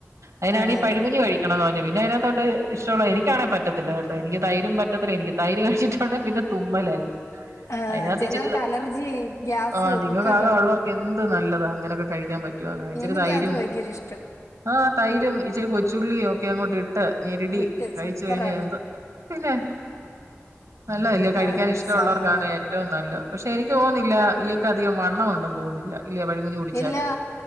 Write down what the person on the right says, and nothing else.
അതിനാണീ
പഴം
കഞ്ഞി കഴി ക്കണോന്ന് പിന്നെ അയിനാട്ടോത്ത് ഇഷ്ട്ടവൊള്ളത് എനിക്കാണേ പറ്റത്തില്ലാ കേട്ടോ എനിക്ക് തൈരും പറ്റത്തില്ലാ എനിക്ക് തൈര് കഴിച്ചിട്ട് ട്ടൊണ്ടെ പിന്നെ തുമ്മലായിരിക്കും
അയിനാത്ത്
ഇച്ചിരെ
ആഹ് നിങ്ങക്ക്
<unintelligible> എന്ത് നല്ലതാ അങ്ങനെയൊക്കെ കഴിക്കാൻ പറ്റുവാന്നേ ഇച്ചിരി
തൈരും
ആഹ് തൈരും ഇച്ചിരി കൊച്ചുള്ളിയും ഒക്കെ അങ്ങോട്ട് ഇട്ട് ഞെരിടി
കഴിച്ച്
കഴിഞ്ഞാ എന്ത് പിന്നെ നല്ലതല്ലേ കഴിക്കാൻ
ഇഷ്ട്ടവൊള്ളവർക്കാണേ
ഏറ്റവും നല്ലെ പക്ഷെ എനിക്ക് തോന്ന്ന്നില്ലാ ഇയാക്ക് അധികം വണ്ണം ഒണ്ടെന്ന് തോന്നുന്നില്ലാ ഇല്ലേ പഴം കഞ്ഞി ഞ്ഞി കുടിച്ചാലും